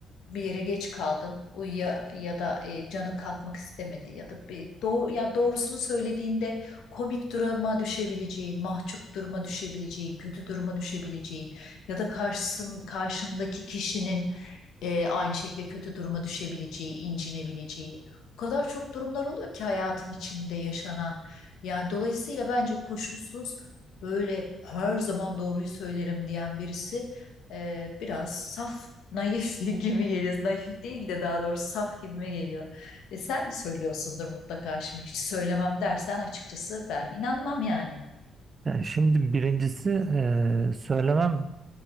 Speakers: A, on the left; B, on the right.
A: bir yere geç kaldın uyuya ya da e, canın kalkmak istemedi ya da bir doğ- ya doğrusunu söylediğinde komik duruma düşebileceğin, mahcup duruma düşebileceğin, kötü duruma düşebileceğin ya da karşısın karşındaki kişinin e, aynı şekilde kötü duruma düşebileceği, incinebileceği. O kadar çok durumlar oluyor ki hayatın içinde yaşanan. Yani dolayısıyla bence koşulsuz böyle her zaman doğruyu söylerim diyen birisi e, biraz saf, naif <laughs> gibi geliyor. Naif değil de daha doğrusu saf gibime geliyor. E, sen de söylüyorsundur mutlaka şimdi hiç söylemem dersen açıkçası ben inanmam yani.
B: Yani şimdi birincisi e, söylemem